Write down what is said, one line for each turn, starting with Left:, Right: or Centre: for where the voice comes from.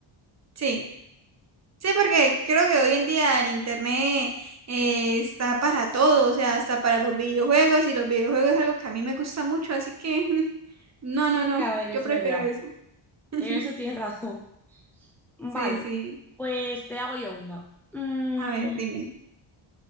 Right: Sí, sí, porque creo que hoy en día el internet eh, está para todo, o sea, hasta para los videojuegos y los videojuegos es algo que a mí me gusta mucho, así que <laughs> no, no, no,
Centre: a ver, es
Right: yo prefiero
Centre: verdad.
Right: esa. <laughs>
Centre: En eso tienes razón. Vale,
Right: Sí, sí.
Centre: pues te hago yo una. Mm,
Right: A ver, dime.